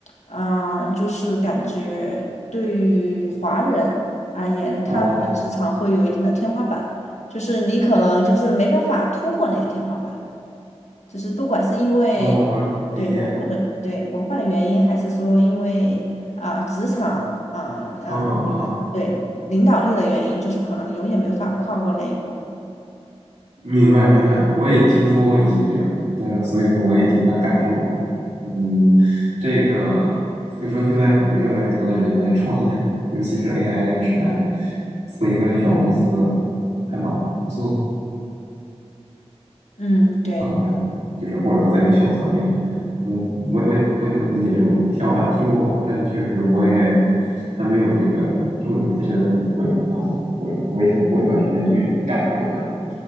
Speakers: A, on the left (about 85°); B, on the right (about 85°).
A: 嗯、就是感觉对于华人而言，
B: 哦，
A: 他们的职场会有一定的天花板，就是你可能就是没办法突破那个天花板，就是不管是因为
B: 嗯，我理解，
A: 对文化的对文化的原因，还是说因为。啊、职场啊啊、呃
B: 嗯嗯，
A: 对，领导力的原因就是可能你永远没法跨过那一步。
B: 明白明白，我也听说过一些这种，但是所以说我也挺想感受一下，嗯，这个所以说现在可能越来越多的人来创业，尤其是 AI 这个时代，做一个小公司还蛮不错
A: 嗯，对，
B: 的，我感觉，就是或者说在一个小团队，我我我也我也能理解这种天花板，听说过，但是确实我也还没有这个这么切身的体会啊，我我也想过一段时间去感受一下。